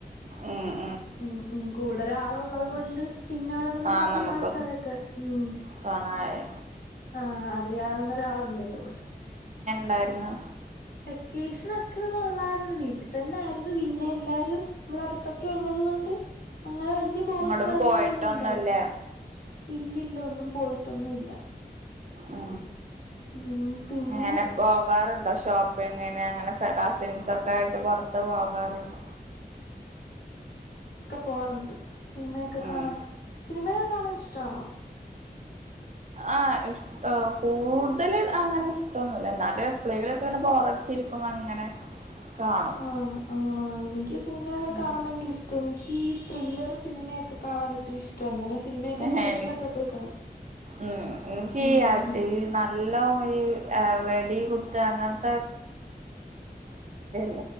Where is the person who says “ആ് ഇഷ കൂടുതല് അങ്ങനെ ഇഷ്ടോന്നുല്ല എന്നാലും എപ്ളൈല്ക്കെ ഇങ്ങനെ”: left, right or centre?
Right